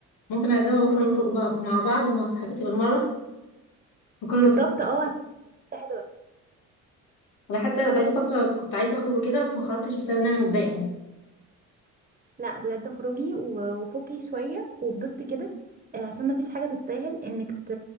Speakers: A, on the left; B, on the right.
A: ممكن اعزمها بكره نخرج بقى مع بعض ومع صاحبتي بالمره وكل
B: بالظبط
A: رضا
B: اه هتبقى حلوه
A: انا حتى بقالي فتره كنت عايزه اخرج وكده بس ما خرجتش بسبب ان انا متضايقه يعني
B: لا بجد خروجي و- وفكي شويه وبسطي كده آه، عشان ما فيش حاجه تستاهل انك ت...